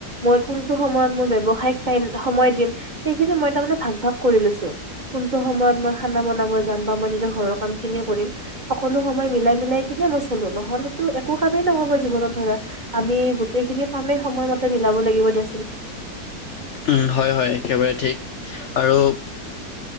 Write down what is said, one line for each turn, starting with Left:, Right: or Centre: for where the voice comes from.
Right: মই কোনটো সময়ত মোৰ, ব্যৱসায়িক টাইম সময় দিম, সেইখিনি মই তাৰ মানে ভাগ, ভাগ কৰি লৈছো। কোনটো সময়ত মই খানা বনাব যাম বা মই নিজৰ ঘৰৰ কাম খিনি কৰিম। সকলো সময় মিলাই মিলাই কিনে মই চলো, নহ'লেতো একো কামেই নহ'ব জীৱনত। ধৰা, আমি গোটেই খিনি কামেই সময়মতে মিলাব লাগিব দিয়াচোন।
Left: উম, হয়, হয়, একেবাৰে ঠিক আৰু